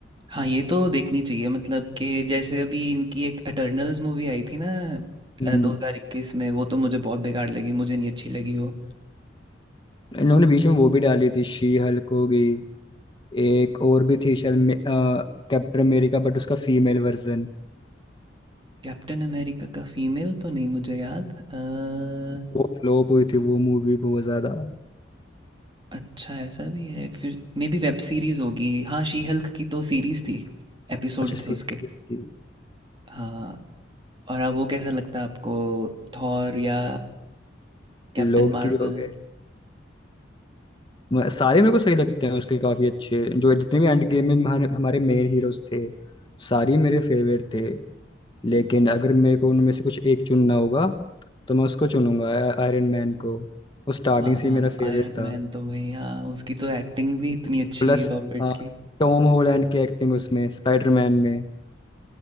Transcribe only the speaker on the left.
हम्म
इन लोगों ने बीच में वो भी डाली थी शी हल्क होगी एक और भी थी शायद कैप्टन अमेरिका बट उसका फीमेल वर्जन
वो फ्लॉप हुई थी वो मूवी बहुत ज्यादा
अच्छा सीरीज
थी उसकी
लोग
की हो गए म- सारे मेरे को सही लगते हैं उसके काफी अच्छे जो जितने भी एंड गेम में हमारे हमारे मेन हीरोज थे सारे मेरे फेवरेट थे लेकिन अगर मेरे को उनमें से कुछ एक चुनना होगा तो मैं उसको चुनूंगा आयरन मैन को वो स्टार्टिंग
से
ही मेरा फेवरेट
था
प्लस
अ,
टॉम हॉलैंड की एक्टिंग उसमें स्पाइडरमैन में